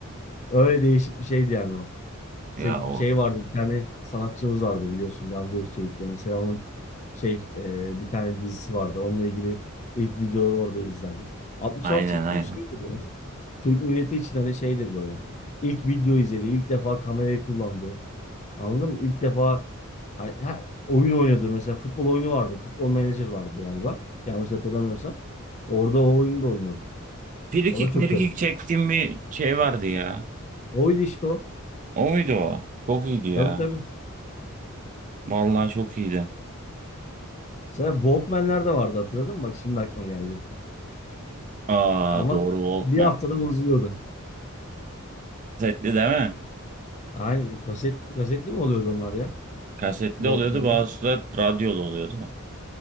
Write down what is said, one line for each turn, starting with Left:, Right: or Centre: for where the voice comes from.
Left: Öyle değişik bir şeydi yani o.
Right: Ya
Left: İşte
Right: o.
Left: şey vardı bir tane sanatçımız vardı biliyorsun Gamze Özçelik'le. Mesela onun şey e, bir tane dizisi vardı. Onunla ilgili ilk videoları orada izlendik. 66
Right: Aynen
Left: çift
Right: aynen.
Left: sulu şeydir ya. Türk milleti için hani şeydir böyle. İlk video izledi. ilk defa kamerayı kullandı. Anladın mı? İlk defa hani, her- oyun oynadı. Mesela futbol oyunu vardı. Futbol manager vardı galiba. Yanlış hatırlamıyorsam. Orada o oyunu da oynuyordu.
Right: Frikik
Left: O da çok
Right: mirikik
Left: garip.
Right: çektiğim bir şey vardı ya.
Left: Oydu işte o.
Right: O muydu o? Çok iyiydi ya.
Left: Tabii tabii.
Right: Vallahi çok iyiydi.
Left: Sen Walkman'ler de vardı hatırladın mı? Bak şimdi aklıma geldi.
Right: Aa
Left: Ama
Right: doğru Walkman.
Left: bir haftada bozuluyordu.
Right: Kasetli değil mi?
Left: Aynen kaset, kasetli mi oluyordu onlar ya?
Right: Kasetli
Left: Walkman'la.
Right: oluyordu bazısı da radyolu oluyordu.